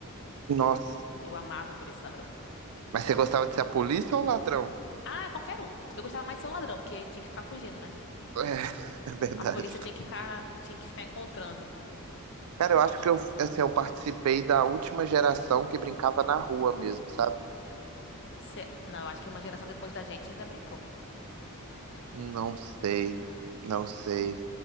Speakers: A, on the right; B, on the left.
A: nossa.
B: Eu amava Polícia e Ladrão.
A: Mas você gostava de ser a polícia ou o ladrão?
B: Ah, qualquer um. Eu gostava mais de ser o ladrão, porque tinha que ficar fugindo, né?
A: É, <laughs> é verdade.
B: A polícia tinha que ficar, tinha que ficar encontrando.
A: Cara, eu acho que eu, assim, eu participei da última geração que brincava na rua mesmo, sabe?
B: Se- Não, acho que uma geração depois da gente ainda brincou.
A: Não sei, não sei.